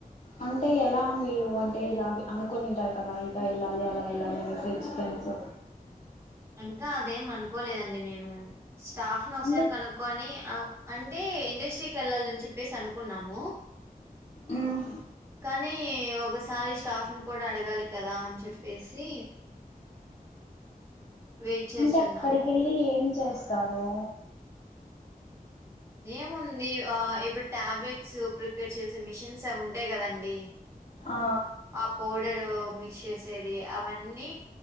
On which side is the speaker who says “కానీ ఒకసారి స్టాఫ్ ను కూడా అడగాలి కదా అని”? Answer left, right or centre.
Right